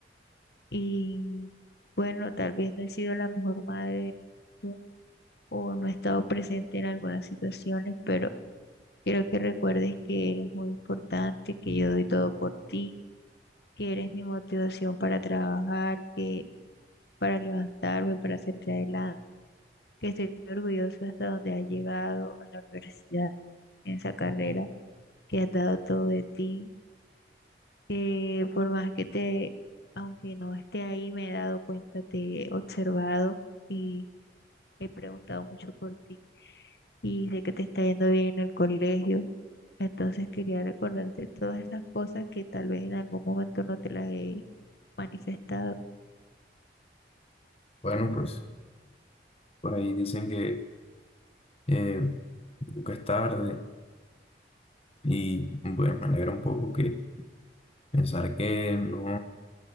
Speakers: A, on the left; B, on the left.
A: Y bueno, tal vez no he sido la mejor madre del mundo o no he estado presente en algunas situaciones, pero Quiero que recuerdes que eres muy importante, que yo doy todo por ti, que eres mi motivación para trabajar, que para levantarme, para hacerte adelante, que estoy orgulloso hasta donde has llegado a la universidad, en esa carrera, que has dado todo de ti, que por más que te, aunque no esté ahí, me he dado cuenta, te he observado y he preguntado mucho por ti y sé que te está yendo bien en el colegio Entonces quería recordarte todas esas cosas que tal vez en algún momento no te las he manifestado.
B: Bueno, pues por ahí dicen que eh, nunca es tarde y bueno, me alegra un poco que pensar que no